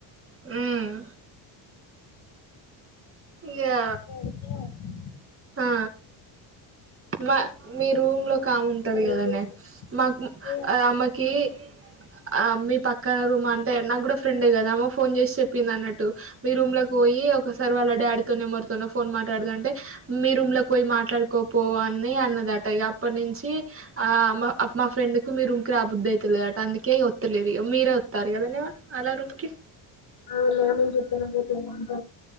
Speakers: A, on the right; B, on the left.
A: హ్మ్మ్ ఇగా
B: నేను
A: ఆ మా మీ రూమ్ లో కామ ఉంటది
B: పెడితే
A: కదనే మాకు
B: ఏ
A: ఆమెకి అ ఆ మీ పక్కన రూమ్ అంటే నాకు కూడా ఫ్రెండే కదా ఆమె ఫోన్ చేసి చెప్పింది అన్నట్టు మీ రూమ్ లోకి పోయి ఒకసారి వాళ్ళ డాడీతోనేె మరితో ఫోన్ మాట్లాడదంటే మీ రూమ్ లో పోయి మాట్లాడుకోపో అని అన్నదట అప్పటి నుంచి ఆ మా ఫ్రెండ్ కు మీ రూమ్ కి రాబుద్దిి అయితులేదట అందుకే ఒత్త్తలేరు ఇగ మీరు గుత్త అదన్న అలా రూంకి
B: ఆ నాం జతన గతే అంత